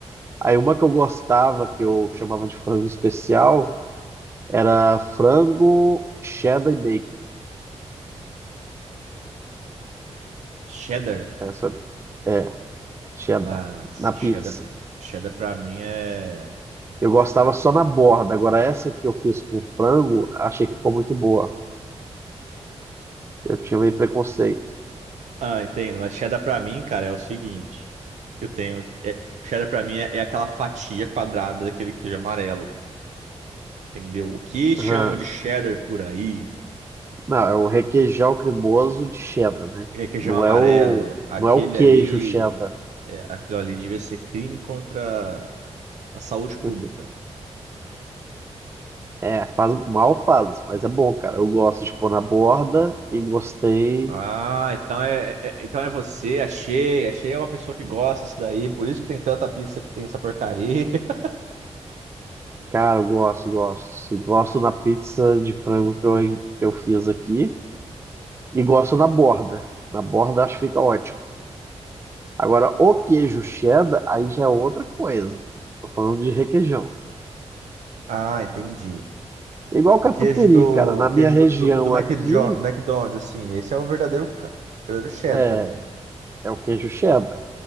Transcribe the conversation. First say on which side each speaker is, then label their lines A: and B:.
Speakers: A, on the right; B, on the right.
A: Aí uma que eu gostava, que eu chamava de frango especial, era frango cheddar e bacon.
B: Cheddar.
A: Essa é cheddar
B: Nossa,
A: na pizza.
B: cheddar, cheddar pra mim é.
A: Eu gostava só na borda. Agora essa que eu fiz com frango, achei que ficou muito boa. Eu tinha meio preconceito.
B: Ah, entendo. Mas cheddar pra mim, cara, é o seguinte. Eu tenho que. É, cheddar pra mim é, é aquela fatia quadrada daquele queijo amarelo. Entendeu? O que chamam
A: Aham.
B: de cheddar por aí
A: Não, é o requeijão cremoso de cheddar, né?
B: é queijo
A: Não
B: amarelo.
A: é o,
B: Aquele
A: não é o queijo
B: ali.
A: cheddar.
B: é, aquilo ali devia ser crime contra a saúde pública.
A: <laughs> É, faz mal faz, mas é bom, cara. Eu gosto de pôr na borda e gostei.
B: Ah, então é, é- é, então é você, achei. Achei é uma pessoa que gosta disso daí. Por isso que tem tanta pizza que tem essa porcaria. <laughs>
A: Cara, eu gosto, gosto. Gosto na pizza de frango que eu, que eu fiz aqui e gosto na borda. Na borda acho que fica ótimo. Agora, o queijo cheddar, aí já é outra coisa. Tô falando de requeijão.
B: Ah, entendi.
A: Igual
B: O
A: catupiry,
B: queijo do,
A: cara. Na
B: o queijo
A: minha região
B: do, do, do McDo-
A: aqui,
B: McDonald's, assim, esse é o verdadeiro, ca- verdadeiro cheddar
A: é,
B: pra mim.
A: É o queijo cheddar.